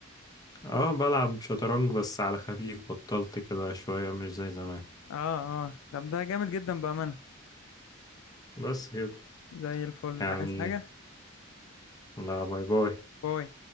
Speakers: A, on the left; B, on the left.
A: اه بلعب شطرنج بس على خفيف بطلت كده شوية مش زي زمان
B: اه اه طب ده جامد جدا بامانه
A: بس كده
B: زي الفل
A: يعني
B: عايز حاجه
A: لا باي باي
B: باي